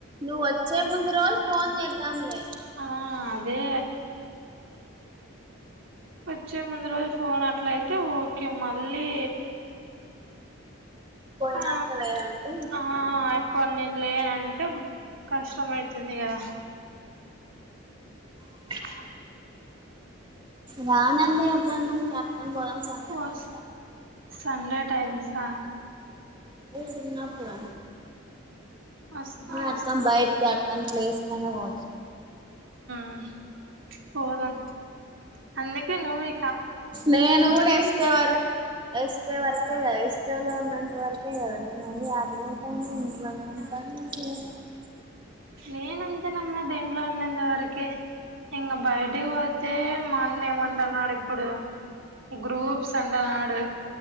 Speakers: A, on the right; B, on the right.
A: నువ్ వచ్చే ముందు రోజు ఫోన్ చేద్దాంలే
B: ఆ అదే వచ్చే ముందు రోజు ఫోన్ అట్లయితే ఓకే మళ్ళీ
A: పోయినాంకలేదంటే
B: ఆ ఆ ఆయప్ప నేను లేనంటే కష్టం అవుతుంది కదా
A: అ
B: <unintelligible>
A: రా నంది ఎబ్బుడన్న యాటికన్న పోదాం. సండే
B: ఓస్
A: టైం
B: సండే టైమింగ్స్ ఆ
A: ఈడున్నప్పుడా
B: వస్తాను
A: నాటకమ్
B: వస్తా
A: బయట కట్ కాని ప్లేస్ కైనా పోవచ్చు.
B: హ్ పోదాం అందుకే నువ్వీ
A: నేను కూడా ఎస్ కె. వారు ఎస్ కె వరకే కదా ఎస్ కె లో ఉన్నంతవరకే కదా నేను మళ్లీ యాటికి పోతాను. బలవంతంగా
B: మ్
A: చేయకండి.
B: నేనంతేనమ్మా దీంట్లో ఉన్నంతవరకే. ఇంగ బయటకి పోతే మా అన్న ఏమంటున్నాడు ఇప్పుడు గ్రూప్స్ అంటాన్నాడు.